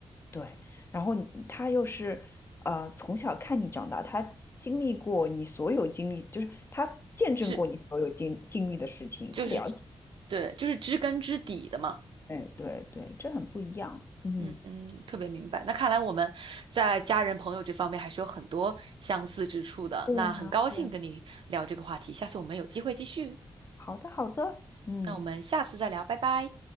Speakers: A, on the left (about 25°); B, on the right (about 65°).
A: 对。然后你他又是呃从小看你长大，他经历过你所有经历，就是他见证过你所有经经历的事情，
B: 是就是
A: 他了解。
B: 对，就是知根知底的嘛。
A: 哎，对对，这很不一样。嗯，
B: 嗯嗯，特别明白。那看来我们在家人朋友这方面还是有很多相似之处的。
A: 对啊，
B: 那很高兴跟你聊这个话题，
A: 对啊，
B: 下次我们有机会继续。
A: 好的好的，嗯。
B: 那我们下次再聊，拜拜。